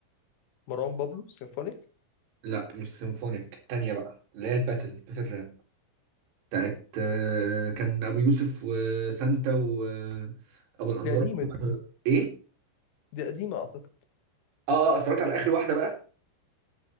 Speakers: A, on the left (about 80°); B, on the right (about 70°).
A: مروان بابلو سيمفونيك
B: لا مش سيمفونيك التانية بقى اللي هي الباتل باتل راب بتاعت آه، كان ابو يوسف وسانتا وابو الانوار
A: دي قديمة
B: ايه
A: دي قديمة أعتقد
B: اه اه اتفرجت على اخر واحدة بقى